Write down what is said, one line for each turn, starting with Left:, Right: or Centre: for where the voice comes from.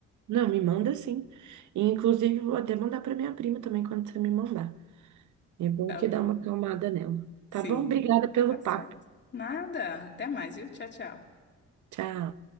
Right: Não, me manda sim. E, inclusive, vou até mandar para minha prima também quando você me mandar. É bom
Left: Tá
Right: que dá
Left: bom.
Right: uma acalmada nela.
Left: Sim,
Right: Tá bom? Obrigada pelo
Left: tá certo.
Right: papo.
Left: Nada. Até mais, viu? Tchau, tchau.
Right: Tchau.